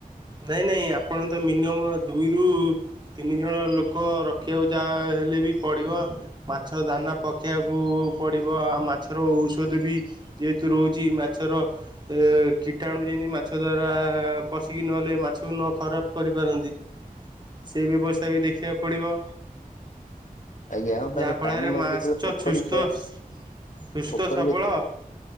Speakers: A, on the right (about 30°); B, on the left (about 55°).
A: ନାଇଁ ନାଇଁ ଆପଣ ତ ମିନିମମ୍ ଦୁଇରୁୁ ତିନି ଜଣ ଲୋକ ର ରଖିଆକୁ ଯା ହେଲେ ବି ପଡ଼ିବ। ମାଛ ଦାନା ପକେଇଆକୁ ପଡ଼ିବ ଆଉ ମାଛର ଔଷଧ ବି ଯେହେତୁ ରହୁଚି ମାଛର ଏଁ କୀଟାଣୁ ଯେମିତି ମାଛ ଦ୍ବାରା ପଶି କି ନହେଲେ ମାଛକୁ ନ ଖରାପ କରିପାରନ୍ତି। ସେଇ ବ୍ୟବସ୍ଥା ବି ଦେଖିଆକୁ ପଡ଼ିବ।
B: ଆଜ୍ଞା ଆଉ ତାର
A: ଯାହା ଫଳରେ
B: ପାଣି ନ
A: ମାସ୍ଛ
B: ଯେତେବେଳେ ପୋଖରୀ
A: ସୁସ୍ଥ
B: ଖୋଳା
A: ସୁସ୍ଥ
B: ପୋଖରୀ
A: ସବଳ
B: ଯେତେ